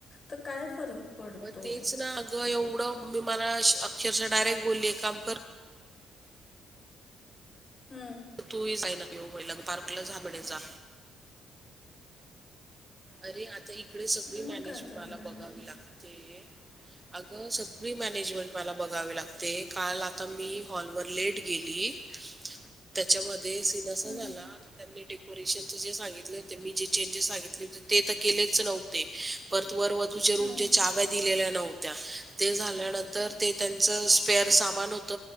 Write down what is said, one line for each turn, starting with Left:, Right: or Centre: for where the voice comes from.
Left: तर काय फरक पडतो
Right: मग तेच ना, अगं एवढं मी मला अक्षरशः डायरेक्ट बोलली एक काम कर
Left: हम्म
Right: म तुही जाईन ओ <unintelligible> पार्कला जा म्हणे जा अरे आता इकडे सगळी
Left: मग
Right: मॅनेजे
Left: काय करणार
Right: मला बघावी
Left: आहे
Right: लागते अगं सगळी मॅनेजमेंट मला बघावी लागते, काल आता मी हॉलवर लेट गेली त्याच्यामध्ये म्हणजे सीन असा
Left: हम्म
Right: झाला, तर त्यांनी डेकोरेशनच जे सांगितलं, मी जे चेंजेस सांगितले होते ते तर केलेच नव्हते. परत वर वधू च्या रूमच्या
Left: हम्म
Right: चाव्या दिलेल्या नव्हत्या ते झाल्यानंतर ते त्यांच स्पेअर चं सामान होत,